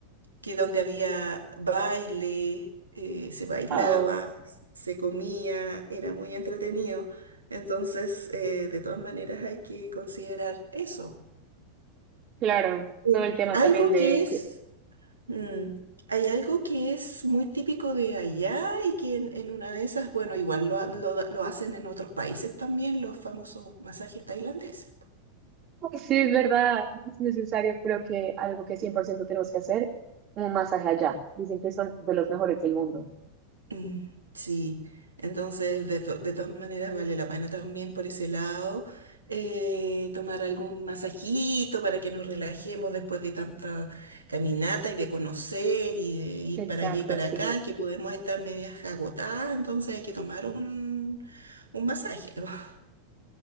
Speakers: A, on the right (about 80°); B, on the right (about 40°).
A: que donde había baile, eh, se bailaba,
B: Oh,
A: se comía, era muy entretenido. Entonces, eh, de todas maneras, hay que considerar eso.
B: claro,
A: Sí.
B: todo el tema
A: Algo
B: también de
A: que es,
B: que
A: mm, hay algo que es muy típico de allá y que en, en una de esas, bueno, igual lo, ha- lo da- lo hacen en otros países también, los famosos masajes tailandeses.
B: que sí es verdad, es necesario, creo que algo que 100% tenemos que hacer, un masaje allá. Dicen que son de los mejores del mundo.
A: Mm, Sí, entonces de, to- de todas maneras vale la pena también por ese lado eh, tomar algún masajito para que nos relajemos después de tanta caminata y de conocer y de ir
B: Exacto,
A: para allá y para
B: sí.
A: acá, que podemos estar medias agotadas, entonces hay que tomar un, un masaje. <laughs>